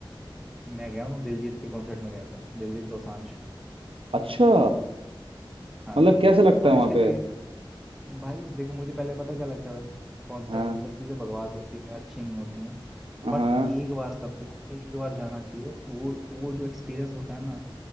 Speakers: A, in the centre; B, on the right (about 85°).
A: मैं गया हूँ दिलजीत के कॉन्सर्ट में गया था दिलजीत दोसांझ
B: अच्छा
A: हाँ
B: मतलब कैसा लगता
A: कॉलेज
B: है वहां
A: की
B: पे
A: लाइफ भाई देखो मुझे पहले पता क्या लगता था कॉन्सर्ट
B: हाँ
A: सब चीज़ें बकवास होती हैं अच्छी नहीं होती हैं
B: हाँ
A: बट एक बार कम से कम एक बार जाना चाहिए वो वो जो एक्सपीरियंस होता है ना